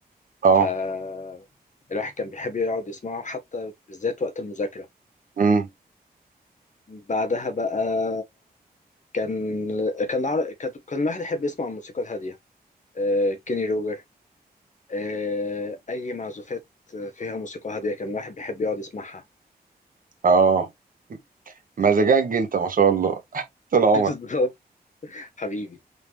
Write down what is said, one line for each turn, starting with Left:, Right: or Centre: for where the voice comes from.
Right: اه
Left: فالواحد كان بيحب يقعد يسمعه حتى بالذات وقت المذاكرة
Right: امم
Left: بعدها بقى كان كان العر... كان كان الواحد يحب يسمع الموسيقى الهادية آه، كيني روجر آه، أي معزوفات فيها موسيقى هادية كان الواحد بيحب يقعد يسمعها
Right: اه مزاجك انت ما شاء الله <laughs> طول
Left: <laughs>
Right: عمرك
Left: بالظبط حبيبي